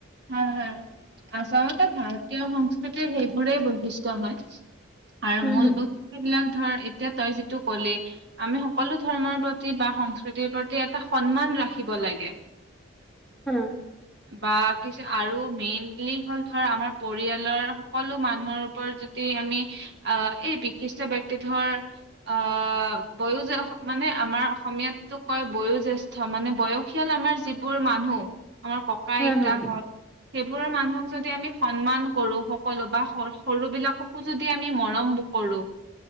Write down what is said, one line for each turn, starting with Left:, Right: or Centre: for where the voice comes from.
Right: হা-হা, আচলতে ভাৰতীয় সংস্কৃতিৰ সেইবোৰেই বৈশিষ্ট্য হয়। আৰু
Centre: হম
Right: মূল বস্তুবিলাক ধৰ এতিয়া তই যিটো ক'লি আমি সকলো ধৰ্মৰ প্ৰতি বা সংস্কৃতিৰ প্ৰতি এটা সন্মান ৰাখিব লাগে।
Centre: হুম।
Right: বা কিছু আৰু মেইনলি হ'ল ধৰ আমাৰ পৰিয়ালৰ সকলো মানুহৰ ওপৰত যদি আমি আহ এই বিশিষ্ট ব্যক্তি ধৰ অ বয়োজ মানে আমাৰ অসমীয়াতো কয় বয়োজ্যেষ ধ মানে বয়সীয়াল আমাৰ যিবোৰ মানুহ, আমাৰ ককা-আইতাহঁত
Centre: হম হম
Right: সেইবোৰৰ মানুহক যদি আমি সন্মান কৰো, সকলো বা সৰুবিলাকক যদি আমি মৰম ব কৰো।